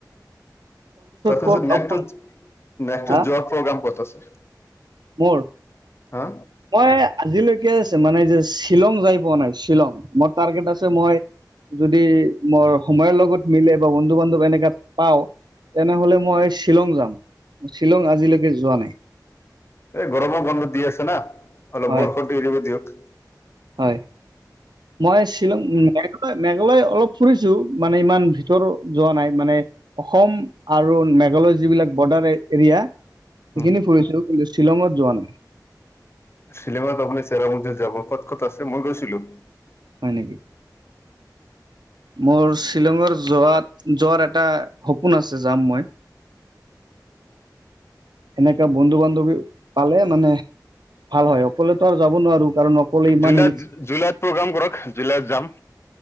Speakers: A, on the left; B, on the right.
A: তাৰপিছত
B: কওক
A: নেক্সটো,
B: আপোন
A: নেক্সটো
B: হা
A: যোৱাৰ প্ৰগ্ৰাম ক'ত আছে?
B: মোৰ,
A: হা
B: মই আজিলৈকে আছে, মানে যে শ্বিলং যাই পোৱা নাই, শ্বিলং মোৰ টাৰ্গেট আছে, মই যদি মই সময়ৰ লগত মিলে বা বন্ধু বান্ধৱ এনেকে পাওঁ, তেনেহলে মই শ্বিলং যাম, শ্বিলং আজিলৈকে যোৱা নাই।
A: এই গৰমৰ বন্ধ দি আছে না, অলপ
B: হয়
A: বৰষুণটো এৰিব দিয়ক।
B: হয়, মই শ্বিলং, উম মেঘালয় অলপ ফুৰিছো, মানে ইমান ভিতৰো যোৱা নাই, মানে অসম আৰু মেঘালয় যিবিলাক বৰ্ডাৰ এৰিয়া সেইখিনি
A: উম,
B: ফুৰিছোঁ, কিন্তু শ্বিলঙত যোৱা নাই।
A: শ্বিলঙত আপুনি চেৰাপুঞ্জী যাব, ক'ত ক'ত আছে? মই গৈছিলোঁ।
B: হয় নেকি, মোৰ শ্বিলঙৰ যোৱাত, যোৱাৰ এটা সপোন আছে, যাম মই। সেনেকা বন্ধু -বান্ধৱী পালে মানে ভাল হয়, অকলেতো আৰু যাব নোৱাৰো। কাৰণ অকলে ইমান
A: জুলাইত-জুলাইত
B: হিলচ
A: প্ৰগ্ৰেম কৰক জুলাইত যাম।